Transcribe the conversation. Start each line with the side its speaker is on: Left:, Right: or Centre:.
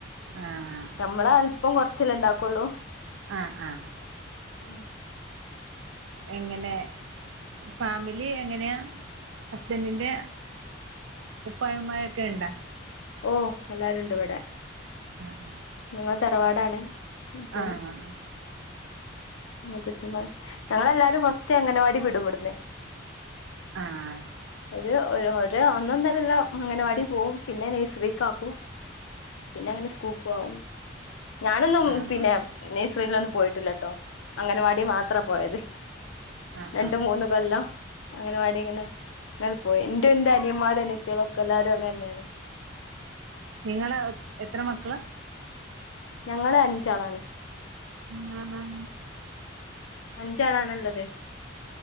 Right: ആഹ്
Left: നമ്മള് അല്‌പം കൊറച്ചല്ലെഇണ്ടാക്കെള്ളു
Right: ആഹ് ആഹ്
Left: ഉം
Right: എങ്ങനെ ഫാമിലി എങ്ങനെയാ ഹസ്ബന്റിന്റെ ഉപ്പായു ഉമ്മയും ഒക്കെ ഇണ്ടോ
Left: ഓഹ് എല്ലാരുണ്ട് ഇവിടെ-
Right: ആഹ് ആഹ്
Left: നിങ്ങൾ തറവാടാണ് ഇപ്പം
Right: ആഹ് ആഹ്
Left: മുത്തച്ചൻമാര്. ഞങ്ങളെല്ലാരും ഫസ്റ്റ് അങ്ങനവാടി വിടു ഇവിടെന്ന്
Right: ആഹ്
Left: ഒരു ഒന്ന് ഒന്നരല്ലോ അങ്ങനവാടി പോവും പിന്നെ നഴ്സറിക്ക് ആക്കും പിന്നെ അങ്ങനെ സ്കൂൾക്കും ആകും ഞാനൊന്നും
Right: ആഹ്
Left: പിന്നെ നഴ്സറിയിലൊന്നും പോയിട്ടില്ലട്ടോ അങ്ങനവാടി മാത്ര പോയത്
Right: ആഹ്
Left: രണ്ടു
Right: ആഹ്
Left: മൂന്ന് കൊല്ലം അങ്ങനവാടി തനെ അങ്ങനെ പോയി എന്റെ എന്റെ അനിയന്മാരും അനിത്തികളും ഒക്കെ എല്ലാരും അങ്ങനെണ്
Right: നിങ്ങള് എത്ര മക്കളാ
Left: ഞങ്ങള് അഞ്ചാളാണ്
Right: <unintelligible>
Left: അഞ്ച് അളാണ് ഇള്ളത്